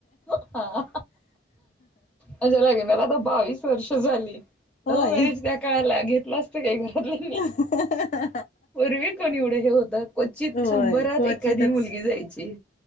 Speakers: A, in the centre; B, on the left.
A: हा. माझ्या लग्नाला आता बावीस वर्ष झाली.
B: होय
A: लव्ह मॅरेज त्या काळाला घेतला असत काय घरातले?
B: <unintelligible>
A: पूर्वी कोण एवढं हे होतं? क्वचित
B: होय
A: शंभरात
B: क्वचितच
A: एखादी मुलगी जायची.